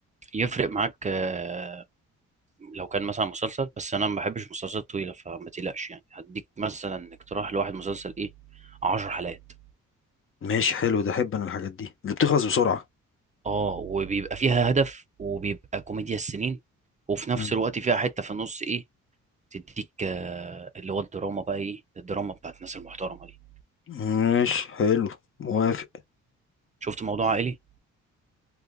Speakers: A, on the right; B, on the left.
A: يفرق معاك آه، لو كان مثلا مسلسل بس انا ما بحبش مسلسلات طويله فما تقلقش يعني هديك مثلا اقتراح لواحد مسلسل ايه عشر حلقات
B: ماشي حلو ده أحب أنا الحاجات دي اللي بتخلص بسرعة
A: اه وبيبقى فيها هدف وبيبقى كوميديا السنين وفي نفس
B: مم.
A: الوقت فيها حته في النص ايه تديك آه، اللي هو الدراما بقى ايه الدراما بتاعت الناس المحترمه دي
B: ماشي حلو موافق
A: شفت موضوع عائلي